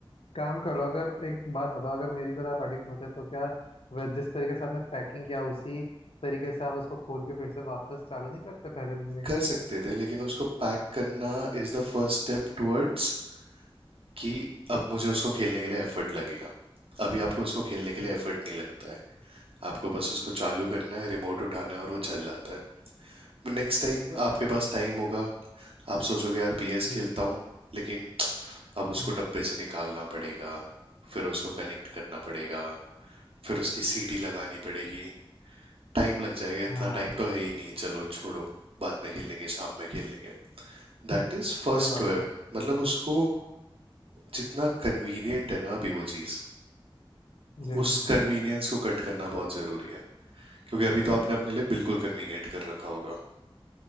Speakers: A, on the left (about 75°); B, on the right (about 80°).
A: काम करो अगर एक बात बताओ अगर मेरी तरह आप एडिक्ट होते तो क्या वह जिस तरीके से आपने पैकिंग किया उसी तरीके से आप उसको खोल के फिर से वापस चालू नहीं करते पहले दिन में
B: कर सकते थे लेकिन उसको पैक करना is the first step towards कि अब मुझे उसको खेलने के लिए एफर्ट लगेगा अभी आपको उसको खेलने के
A: हम्म।
B: लिए एफर्ट नहीं लगता है आपको बस उसको चालू करना है रिमोट उठाना है और वो चल जाता है नेक्स्ट टाइम आपके पास टाइम होगा आप सोचोगे यार पीएस
A: जी
B: खेलता हूँ लेकिन अब उसको
A: हाँ
B: डब्बे से निकालना पड़ेगा फिर उसको कनेक्ट करना पड़ेगा फिर उसकी सीटी लगानी पड़ेगी टाइम लग जाएगा
A: हाँ,
B: इतना टाइम तो है ही नहीं चलो छोड़ो बाद में खेल लेंगे शाम में खेल लेंगे That is first
A: सही बात
B: web
A: है
B: मतलब उसको जितना कन्वीनियंट है ना अभी वो चीज़
A: जी
B: उस
A: जी
B: कन्वीनियंस को कट करना बहुत जरूरी है क्योंकि अभी तो आपने अपने लिए बिल्कुल कन्वीनियंट कर रखा होगा